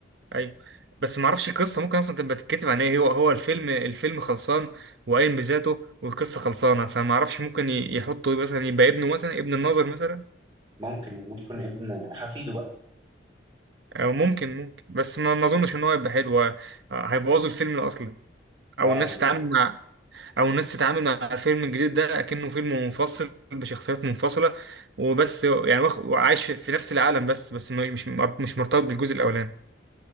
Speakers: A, on the right; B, on the right.
A: ايوه بس ما اعرفش القصه ممكن اصلا تبقى تتكتب عن ايه هو هو الفيلم الفيلم خلصان وقايم بذاته والقصه خلصانه فما اعرفش ممكن ي- يحطوا إيه، مثلا يبقى ابنه مثلا ابن الناظر مثلا
B: ممكن ممكن يكون ابن حفيده بقى
A: او ممكن ممكن بس ما ما اظنش ان هو يبقى حلو آه، هيبوظوا الفيلم الاصلي او
B: اه
A: الناس
B: بالظبط
A: تتعامل مع او الناس تتعامل مع الفيلم الجديد ده اكنه فيلم منفصل بشخصيات منفصله وبس يعني واخ- وعايش في في نفس العالم بس بس ما- مش مش مرتبط بالجزء الاولاني